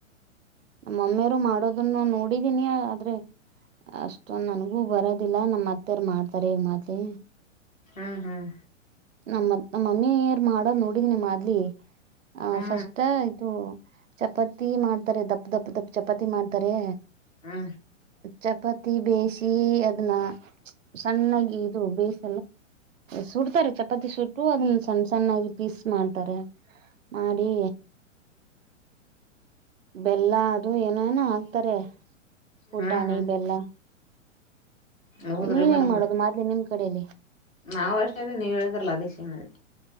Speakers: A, on the right; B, on the left.
A: ನಮ್ಮಮ್ಮಿಯರು ಮಾಡೋದನ್ನು ನೋಡಿದೀನಿಯ ಆದ್ರೆ ಅಷ್ಟೊಂದ ನನ್ಗೂ ಬರೋದಿಲ್ಲ ನಮ್ಮ್ ಅತ್ತಾರ್ ಮಾಡ್ತಾರೆ ಈ ಮಾತಿ
B: ಹ್ಮ್ ಹ್ಮ್
A: ನಮ್ಮ ನಮ್ಮ ಮಮ್ಮಿ ಯಾರ ಮಾಡೋದು್ ನೋಡಿದನಿಮ್ಮದ್ಲಿ ಆ
B: ಹಾ
A: ಫಸ್ಟ್ ಇದು ಚಪಾತಿ ಮಾಡ್ತಾರೆ ದಪ್ಪ ದಪ್ಪ ದಪ್ಪ ಚಪಾತಿ ಮಾಡ್ತಾರೆ
B: ಹಾ
A: ಚಪಾತಿ ಬೇಯ ಅದ್ನ್ನ ಸಣ್ಣಾಗಿ ಇದು ಬೇಸ ಸುಡ್ತಾರೆ ಚಪಾತಿ ಸುಟ್ಟು ಅದನ್ನ ಸಣ್ಣ ಸಣ್ಣಾಗಿ ಪೀಸ್ ಮಾಡ್ತಾರೆ ಮಾಡರಿ ಬೆಲ್ಲ ಅದು ಏನೋ ಏನೋ ಹಾಕ್ತಾರೆ
B: ಹಾ
A: ಊಟಾಣಿ
B: ಹಾ
A: ಬೆಲ್ಲ
B: ಹೌದ್ರಿ
A: ನೀವ
B: ಮೇಡಮ್
A: ಹೆಂಗ್ ಮಾಡೋದು
B: ಅವ್ರ
A: ಮದ್ಲಿ ನಿಮ್ ಕಡಲಿ
B: ನಾವ್ ಅಷ್ಟ ಇದೇವಿ ನೀವ ಹೇಳಿದ್ರಲ್ಲ ಅದೇ ಶೀಮನೆ